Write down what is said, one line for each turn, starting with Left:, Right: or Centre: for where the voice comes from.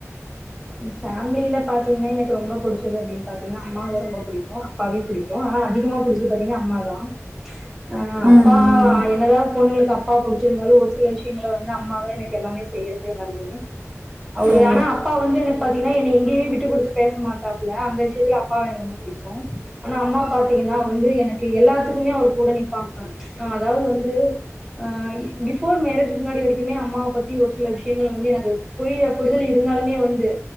Centre: ஃபேமில பாத்தீங்கன்னா எனக்கு ரொம்ப புடிச்சது அப்படின்னு பாத்தீங்கன்னா அம்மாவு ரொம்ப பிடிக்கு அப்பாவே பிடிக்கு ஆனா அதிகமா ப புடிச்சது பாத்தீங்கன்னா அம்மாதான் ஆஹ அப்பா
Right: ம் ம்
Centre: என்னதா பொண்ணுங்களுக்கு அப் அப்பாவ புடிச்சிருந்தாலும் ஒரு சில விஷயங்கள வந்து அம்மாதான் எனக்கு எல்லாமே செய்யறது எல்லாமே அவரு
Right: ஓ
Centre: ஆனா அப்பா வந்து எனக்கு பாத்தீங்கன்னா என்னை எங்கேயுமே விட்டு கொடுத்து பேச மாட்டாப்ல அந்த விஷயத்தில அப்பா எனக்கு ரொம்ப பிடிக்கும் ஆனா அம்மா பாத்தீங்கன்னா வந்து எனக்கு எல்லாத்துக்குமே அவர் கூட நிப்பாங்க்கா அதாவது வந்து ஆஹ பிபோர் மேரேஜ் முன்னாடி வரைக்குமே அம்மாவை பத்தி ஒரு சில விஷயங்கள் வந்து எனக்கு புரிய புரிதல் இருந்தாலுமே வந்து